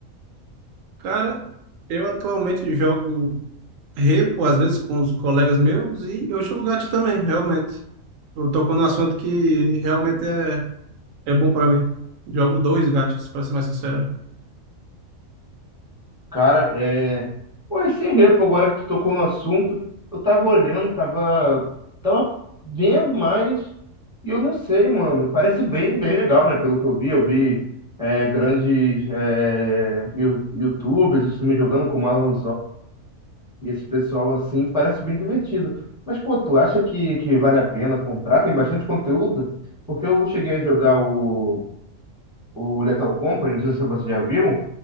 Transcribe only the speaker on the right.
Cara, eu atualmente jogo repo, às vezes com os colegas meus, e eu jogo gato também, realmente. Eu tocou num assunto que realmente é, é bom pra mim. Jogo dois gatos, pra ser mais sincero.